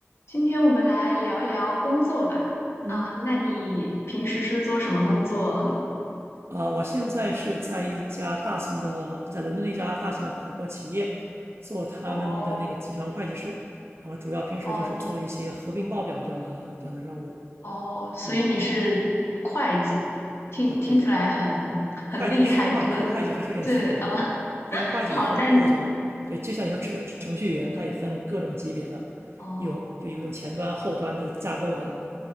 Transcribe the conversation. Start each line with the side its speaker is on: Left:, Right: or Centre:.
Left: 今天我们来聊一聊工作吧。
Right: 嗯，
Left: 啊、那你平时是做什么工作？
Right: 啊、我现在是在一家大型的，在伦敦的一家大型的跨国企业做他们的那个集团会计师，
Left: 哦
Right: 然后主要平时就是做一些合并报表这样的这样的任务。
Left: 哦哦，所以你是会计，
Right: 嗯，
Left: 听听起来很很厉害。
Right: 啊，对，会计师吧，
Left: 你们这呃，
Right: 和会计还是有点区别的吧，
Left: <laughs>
Right: 因为会计也分不同，
Left: 好，那
Right: 对，就像你说程程序员，他也分各种级别的，
Left: 哦
Right: 有就有那种前端、后端的架构的，